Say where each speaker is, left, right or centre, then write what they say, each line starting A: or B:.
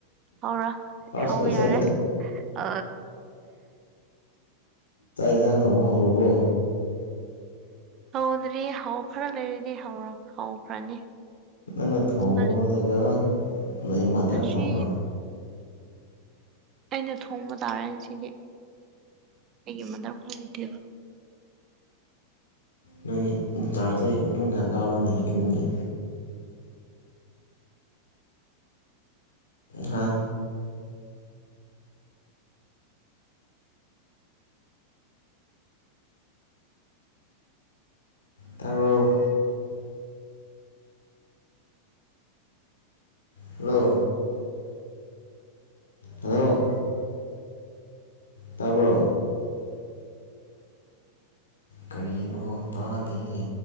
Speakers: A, on the right (about 35°); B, on the left (about 70°).
A: ꯍꯧꯔꯣ
B: ꯐꯥꯔꯁ
A: ꯍꯧꯕ
B: ꯀꯣꯏꯁꯟ
A: ꯌꯥꯔꯦ ꯑ
B: ꯆꯥꯛ ꯌꯦꯟꯖꯥꯡ ꯊꯣꯡꯕ ꯍꯧꯔꯕꯣ
A: ꯍꯧꯗ꯭ꯔꯤ ꯍꯧ ꯈꯔ ꯂꯩꯔꯤꯗꯤ ꯍꯧꯔ ꯍꯧꯈ꯭ꯔꯅꯤ
B: ꯅꯪꯅ ꯊꯣꯡꯕꯔꯣ
A: ꯍꯧꯖꯤꯛ
B: ꯅꯠꯇ꯭ꯔꯒ ꯅꯣꯏ ꯃꯥꯗꯔꯅ
A: ꯉꯁꯤ
B: ꯊꯣꯡꯕ꯭ꯔꯣ꯫
A: ꯑꯩꯅ ꯊꯣꯡꯕ ꯇꯥꯔꯦꯅꯦ ꯉꯁꯤꯗꯤ ꯑꯩꯒꯤ ꯃꯗꯔ ꯈꯣꯏ ꯂꯩꯇꯦꯕ꯫
B: ꯅꯣꯏꯒꯤ ꯏꯟ ꯆꯥꯔꯖꯇꯤ ꯄꯨꯡ ꯀꯌꯥ ꯀꯕ꯭ꯔꯣꯅꯦ ꯏꯚꯤꯅꯤꯡꯒꯤ꯫ ꯍꯥ ꯇꯥꯕ꯭ꯔꯣ ꯍꯜꯂꯣ ꯍꯜꯂꯣ ꯇꯥꯕ꯭ꯔꯣ ꯀꯔꯤꯅꯣ ꯇꯥꯗꯦꯍꯦ